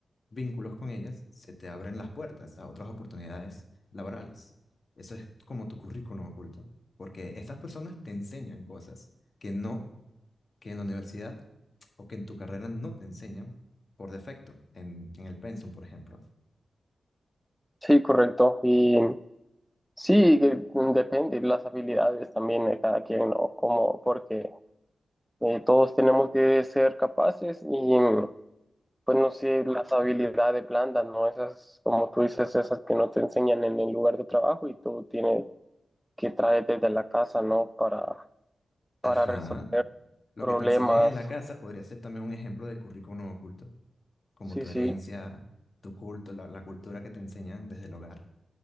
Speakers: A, on the left; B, in the centre.
A: vínculos con ellas, se te abren las puertas a otras oportunidades laborales. Eso es como tu currículum oculto, porque estas personas te enseñan cosas que no, que en la universidad o que en tu carrera no te enseñan por defecto, en, en el pensum, por ejemplo.
B: Sí, correcto. Y sí, que, mm, depende las habilidades también de cada quien, ¿no? Como, porque eh, todos tenemos que ser capaces y, pues no sé, las habilidades blandas, ¿no? Esas, como tú dices, esas que no te enseñan en el lugar de trabajo y tú tienes que traer desde la casa, ¿no? Para, para
A: Ajá.
B: resolver
A: Lo
B: problemas.
A: que te enseñan en la casa podría ser también un ejemplo de currículum oculto. como
B: Sí,
A: tu
B: sí.
A: herencia, tu culto, la, la cultura que te enseñan desde el hogar.